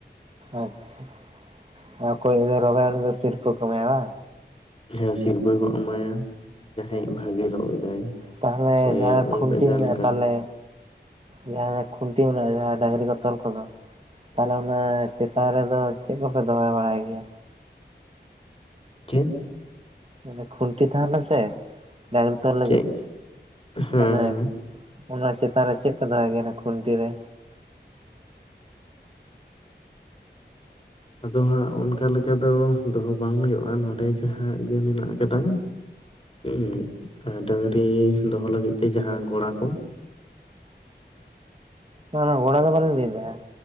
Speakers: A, on the right; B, on the left.
A: ᱟᱪᱪᱷᱟ ᱟᱨ ᱚᱠᱚᱭᱤᱡ ᱫᱚ ᱨᱚᱜᱟ ᱩᱱᱤ ᱫᱚ ᱥᱤᱨᱯᱷᱟᱹ ᱠᱚ ᱮᱢᱟᱣᱟᱭᱟ ᱵᱟᱝ?
B: ᱦᱮᱸ ᱥᱤᱨᱯᱟᱹ ᱠᱚ ᱮᱢᱟᱭᱟ ᱡᱟᱦᱟᱸᱭᱤᱡ ᱵᱷᱟᱜᱮ ᱨᱚᱜ ᱮᱫᱟᱭ᱾
A: ᱛᱟᱦᱞᱮ
B: ᱥᱮ
A: ᱡᱟᱦᱟᱸ
B: ᱚᱱᱠᱟ
A: ᱠᱷᱩᱱᱴᱤ
B: ᱡᱟᱦᱟᱸ
A: ᱢᱮᱱᱟᱜᱼᱟ
B: ᱞᱮᱠᱟ
A: ᱛᱟᱞᱦᱮ ᱡᱟᱦᱟᱸ ᱨᱮ ᱠᱷᱩᱱᱴᱤ ᱢᱮᱱᱟᱜᱼᱟ, ᱡᱟᱦᱟᱸ ᱰᱟᱝᱨᱤ ᱠᱚ ᱛᱚᱞ ᱠᱚᱫᱚ᱾ ᱛᱟᱦᱞᱮ ᱚᱱᱟ ᱪᱮᱛᱟᱱ ᱨᱮᱫᱚ ᱪᱮᱜ ᱠᱚᱯᱮ ᱫᱚᱦᱚ ᱵᱟᱲᱟᱭ ᱜᱮᱭᱟ?
B: ᱪᱮᱫ?
A: ᱢᱟᱱᱮ ᱠᱷᱩᱱᱴᱤ ᱛᱟᱦᱮᱱᱟ ᱥᱮ, ᱰᱟᱝᱨᱤ ᱛᱚᱞ ᱞᱟᱹᱜᱤᱫ
B: ᱪᱮᱫ ᱦᱮᱸ
A: ᱢᱟᱱᱮ
B: ᱦᱮᱸ
A: ᱚᱱᱟ ᱪᱮᱛᱟᱱ ᱨᱮ ᱪᱮᱫ ᱯᱮ ᱫᱚᱦᱚᱭ ᱜᱮᱭᱟ, ᱚᱱᱟ ᱠᱷᱩᱱᱴᱤ ᱨᱮ?
B: ᱟᱫᱚ ᱦᱟᱸᱜ ᱚᱱᱠᱟ ᱞᱮᱠᱟ ᱫᱚ ᱫᱚᱦᱚ ᱵᱟᱝ ᱦᱩᱭᱩᱜᱼᱟ, ᱱᱚᱰᱮ ᱡᱟᱦᱟᱸ ᱤᱭᱟᱹ ᱢᱮᱱᱟᱜ ᱠᱟᱫᱟ᱾ ᱩᱸ ᱰᱟᱹᱝᱨᱤ ᱫᱚᱦᱚ ᱞᱟᱹᱜᱤᱫ ᱛᱮ ᱡᱟᱦᱟᱸ ᱜᱚᱲᱟ ᱠᱚ?
A: ᱵᱟᱸ ᱵᱟᱸ
B: ᱦᱮᱞᱳ
A: ᱜᱳᱲᱟ ᱫᱚ ᱵᱟᱸ ᱞᱤᱧ ᱞᱟᱹᱭᱮᱫ᱾